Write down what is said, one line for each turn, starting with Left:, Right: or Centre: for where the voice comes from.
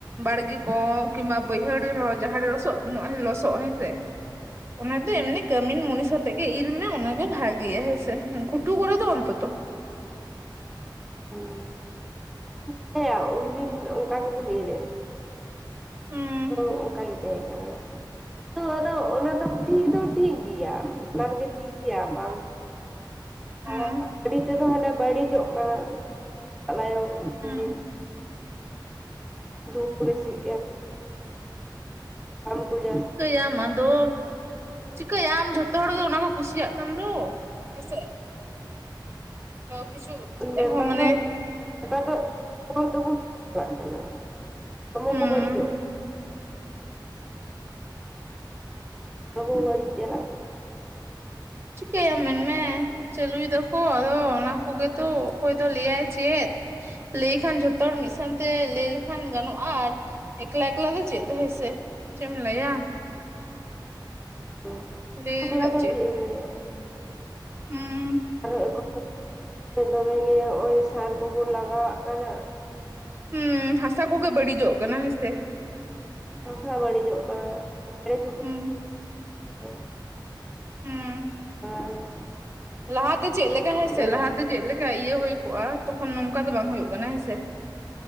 Right: ᱵᱟᱲᱜᱮ ᱠᱚ ᱠᱤᱝᱵᱟ ᱵᱟᱹᱭᱦᱟᱹᱲ ᱨᱮᱦᱚᱸ ᱡᱟᱦᱟᱸᱲᱮ ᱞᱚᱥᱚᱜ ᱵᱟᱹᱱᱩᱜᱼᱟ ᱞᱚᱥ ᱦᱮᱸᱥᱮ ᱚᱱᱟ ᱫᱚ ᱮᱢᱱᱤ ᱠᱟᱹᱢᱤᱱ ᱢᱩᱱᱤᱥᱟᱛᱮᱜ ᱜᱮ ᱤᱨ ᱢᱮ ᱚᱱᱟᱜᱮ ᱵᱷᱟᱜᱮᱭᱟ ᱦᱮᱸ ᱥᱮ ᱦᱩᱸ ᱜᱷᱩᱴᱩ ᱠᱚᱨᱮ ᱫᱚ ᱚᱱᱛᱚᱛᱚ ᱾
Centre: ᱦᱮ <unintelligible> ᱩᱱᱫᱤᱱ ᱚᱱᱠᱟ ᱜᱮᱵᱚᱱ ᱤᱨ ᱮᱫ
Right: ᱦᱮᱸ
Centre: ᱛᱚ ᱚᱱᱠᱟ ᱜᱮᱮ ᱛᱟᱦᱮᱸ ᱠᱟᱱᱟ ᱛ ᱟᱫᱚ ᱚᱱᱟ ᱫᱚ ᱴᱷᱤᱠ ᱫᱚ ᱴᱷᱤᱠ ᱜᱮᱭᱟ ᱵᱟᱱ ᱜᱮ ᱴᱷᱤᱠ ᱜᱮᱭᱟ ᱵᱟᱝ᱾
Right: ᱦᱩᱸ
Centre: ᱦᱟᱨᱟᱯᱟ ᱜᱟᱹᱟᱹᱨᱰᱤ ᱛᱮᱫᱚ ᱦᱟᱱᱮ ᱵᱟᱹᱲᱤᱡᱚᱜ ᱠᱟᱱᱟ ᱞᱟᱭᱚᱝ
Right: ᱦᱩᱸ
Centre: ᱫᱤᱱ ᱫᱷᱩᱵ ᱵᱮᱥᱤᱜ ᱠᱟᱱᱟ ᱠᱚ ᱡᱟᱥ
Right: ᱪᱷᱤᱠᱟᱹᱭᱟᱢ ᱟᱫᱚ ᱪᱤᱠᱟᱭᱟᱢ ᱡᱷᱚᱛᱚ ᱦᱚᱲ ᱜᱮ ᱚᱱᱟ ᱠᱚ ᱠᱩᱥᱤᱭᱟᱜ ᱠᱟᱱ ᱫᱚ ᱦᱮᱸᱥᱮ᱾ ᱛᱚ ᱠᱤᱪᱷᱩ
Centre: ᱱᱮᱛᱟᱨ
Right: ᱮᱦᱳᱢᱟᱱᱮ
Centre: ᱫᱚ ᱱᱮᱛᱟᱨ ᱫᱚ <unintelligible>
Right: ᱦᱩᱸ
Centre: ᱠᱚ ᱵᱟᱹᱲᱤᱡᱚᱜ <unintelligible> ᱵᱟᱹᱲᱤᱡ ᱪᱟᱞᱟᱜ
Right: ᱪᱤᱠᱟᱹᱭᱟᱢ ᱢᱮᱱ ᱢᱮ ᱾ ᱪᱟᱹᱞᱩᱭ ᱫᱟᱠᱚ ᱟᱫᱚ ᱚᱱᱟ ᱠᱚᱜᱮ ᱛᱚ ᱚᱠᱚᱭ ᱫᱚ ᱞᱟᱹᱭᱟᱭ ᱪᱮᱫ? ᱞᱟᱹᱭ ᱠᱷᱟᱱ ᱡᱷᱚᱛᱚ ᱦᱚᱲ ᱢᱤᱫ ᱥᱟᱶᱛᱮ ᱞᱟᱹᱭ ᱞᱮᱠᱷᱟᱱ ᱜᱟᱱᱚᱜᱼᱟ ᱟᱨ ᱮᱠᱞᱟ ᱮᱠᱞᱟ ᱫᱚ ᱪᱮᱫ ᱫᱚ ᱦᱳᱭ ᱥᱮ ᱪᱮᱫ ᱮᱢ ᱞᱟᱹᱭᱟ?
Centre: <unintelligible>
Right: ᱞᱟᱹᱭ
Centre: ᱮᱠᱞᱟ
Right: ᱨᱮᱱᱟᱜ
Centre: ᱫᱚ ᱪᱮᱢ ᱮᱢ ᱞᱟᱹᱭᱟ?
Right: ᱦᱩᱸᱻ
Centre: <unintelligible> ᱫᱚᱢᱮ ᱜᱮ ᱱᱚᱜᱼᱚᱭ ᱥᱟᱨ ᱠᱚᱵᱚᱱ ᱞᱟᱜᱟᱣᱟᱜ ᱠᱟᱱᱟ᱾
Right: ᱦᱩᱸ ᱦᱟᱥᱟ ᱠᱚᱜᱮ ᱵᱟᱹᱲᱤᱡᱚᱜ ᱠᱟᱱᱟ ᱦᱮᱸᱥᱮ ᱾
Centre: ᱦᱟᱥᱟ ᱵᱟᱹᱲᱤᱡᱚᱜ ᱠᱟᱱᱟ ᱪᱮᱬᱮ
Right: ᱦᱩᱸ
Centre: <unintelligible>
Right: ᱦᱩᱸ
Centre: <unintelligible>
Right: ᱞᱟᱦᱟᱛᱮ ᱪᱮᱫ ᱞᱮᱠᱟ ᱦᱮᱸᱥᱮ
Centre: ᱦᱩᱸ
Right: ᱞᱟᱦᱟᱛᱮ ᱪᱮᱫ ᱞᱮᱠᱟ ᱤᱭᱟᱹ ᱦᱩᱭ ᱠᱚᱜᱼᱟ ᱛᱚᱠᱷᱚᱱ ᱱᱚᱝᱠᱟ ᱫᱚ ᱵᱟᱝ ᱦᱩᱭᱩᱜ ᱠᱟᱱᱟ ᱦᱮᱸᱥᱮ